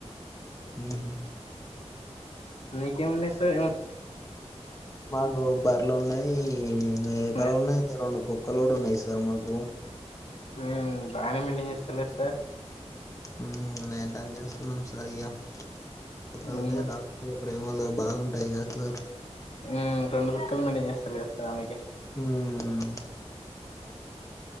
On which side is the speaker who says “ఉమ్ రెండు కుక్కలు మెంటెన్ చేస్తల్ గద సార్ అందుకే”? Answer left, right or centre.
Left